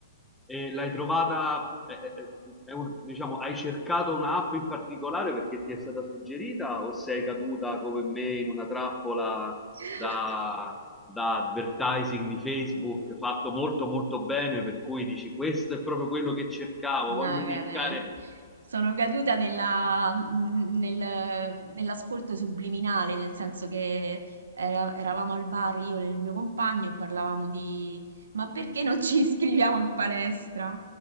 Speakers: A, in the centre; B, on the right.
A: E l'hai trovata, eh, eh, eh, è un- diciamo, hai cercato un'app in particolare perché ti è stata suggerita o sei caduta come me in una trappola
B: <laughs>
A: da, da advertising di Facebook fatto molto molto bene per cui dici questo è proprio quello che cercavo,
B: No,
A: voglio
B: guarda,
A: cliccare.
B: sono caduta nella- n- nel- nell'ascolto subliminale, nel senso che era- eravamo al bar io e il mio compagno e parlavamo di ma perché non ci <laughs> iscriviamo in palestra?